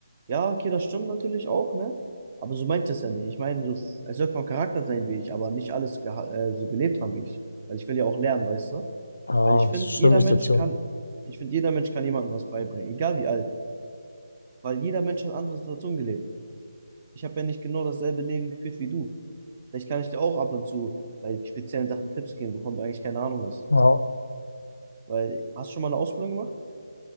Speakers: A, on the right; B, on the left.
A: ja, okay, das stimmt natürlich auch, ne? Aber so meint es ja nicht. Ich meine, so, er soll vom Charakter sein wie ich, aber nicht alles geha- äh, so gelebt haben wie ich. Weil ich will ja auch lernen, weißt du?
B: Ja,
A: Weil ich finde,
B: stimme
A: jeder
B: ich
A: Mensch
B: dir zu.
A: kann, ich finde, jeder Mensch kann jemandem was beibringen, egal wie alt. Weil jeder Mensch hat andere Situationen gelebt. Ich habe ja nicht genau dasselbe Leben geführt wie du. Vielleicht kann ich dir auch ab und zu bei speziellen Sachen Tipps geben, wovon du eigentlich keine Ahnung hast.
B: Ja,
A: Weil, hast du schon mal eine Ausbildung gemacht?